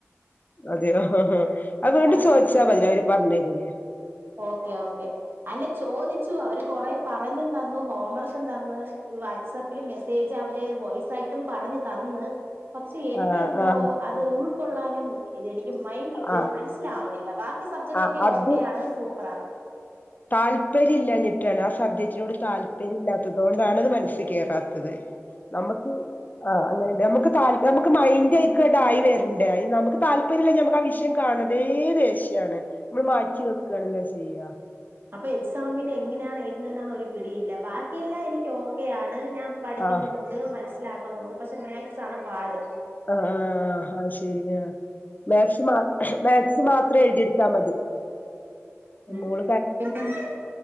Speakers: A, on the left; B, on the right.
A: അതെയോ ആഹ ആാ അവത് വീണ്ട
B: അതാണ്
A: ചോദിച്ചാൽ മതി അവര് പറഞ്ഞരുലേ ഉ
B: ഓക്കെ ഓക്കെ അല്ല ചോദിച്ചു അവര് കൊറെ പറഞ്ഞും തന്നു ഹോംവർക്കും തന്നു വാട്സആപ്പിൽ മെസ്സേജ് അവര് വോയിസ ആായിട്ടും പറഞ്ഞു തന്ന് പക്ഷെ എനിക്കെന്തോ
A: ആ ആ
B: അത് ഉൾക്കൊള്ളാൻ നും എനിക്ക് മൈൻഡ് ഇത്
A: ആ ആ
B: മനസ്സിലാവണില്ല ബാക്കി സബ്ജക്റ്റ്
A: ആ
B: ഒക്കെ
A: അത്
B: ഓക്കെയാണ് പ്രാണ്
A: താല്പര്യം ഇില്ലഞ്ഞിട്ടാണ് സബ്ജക്ടിനട്ാല്പര്യമല്ലാത്തത കൊണ്ടാണ്ണത് മന ത് കേറ തത് നമുക്ക് ആ അങ്ങന നമുക്ക് നമുക്ക് മൈൻഡ് ആയിക്കണ്ടായി വരണ്ടേ നമുക്ക് താല്പര്യമില്ല നമക്ക് ആ വിഷയം കാണതേ ദേഷ്യയാണ് നമ്മള് മാറ്റി വെക്കുകയാണല്ലോ ചെയ്യ
B: അപ്പൊ എക്സാമിന് എങ്ങനെയാണ് എഴതുന്ന എന്നാണ് പിടിയില്ല ബാക്ക ല്ല എനിക്ക് ഓക്കെയ ആാണ് ഞാൻ പഠിക്കുന്നണ്ട്
A: ആ ആ
B: മനസ്സിലാക്കണണ്ട് പക്ഷെ മേ സാണ് പാട്
A: ആ ആഹ ശരി ആ മാത്സ് മാത്സ് മാത്രം എഴുതിയടുത്താ മതി നമ്മോൾ
B: ഉം ഉം പിന്നെ